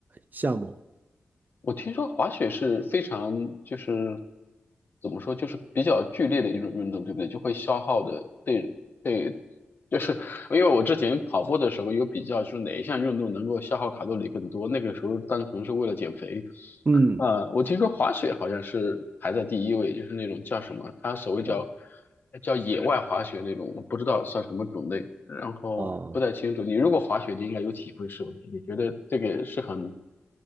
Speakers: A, on the right; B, on the left.
A: 项目。
B: 我听说滑雪是非常就是怎么说，就是比较剧烈的一种运动，对不对？就会消耗的，对对，就是因为我之前跑步的时候有比较，就是哪一项运动能够消耗卡路里更多，那个时候单纯是为了减肥。
A: 嗯，
B: 呃，我听说滑雪好像是排在第一位，就是那种叫什么，它所谓叫
A: 哦，
B: 叫野外滑雪那种，我不知道算什么种类。然后不太清楚。
A: 哦
B: 你如果滑雪，你应该有体会，是不是？你觉得这个是很